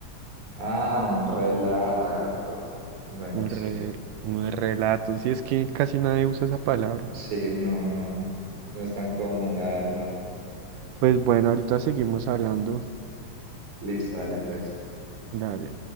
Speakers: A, on the right; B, on the right.
A: Ah, un relato. Bueno,
B: Un
A: sí,
B: re- un relato. Si es que casi nadie usa esa palabra.
A: sí, no, no, no es tan común, la verdad.
B: Pues bueno, ahorita seguimos hablando.
A: Listo, dale, pues.
B: Dale.